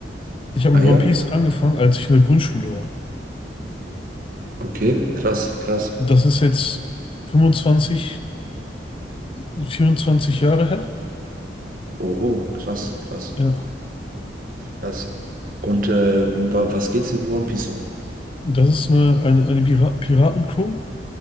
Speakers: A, on the left; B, on the right.
A: Ich habe
B: Ah
A: mit
B: ja,
A: One Piece angefangen, als ich in der Grundschule war.
B: okay, krass, krass.
A: Das ist jetzt 25, 24 Jahre her.
B: Oho, krass, krass,
A: Ja,
B: krass. Und äh, wa was geht's in One Piece so?
A: das ist eine, eine, eine Pira Piratencrew,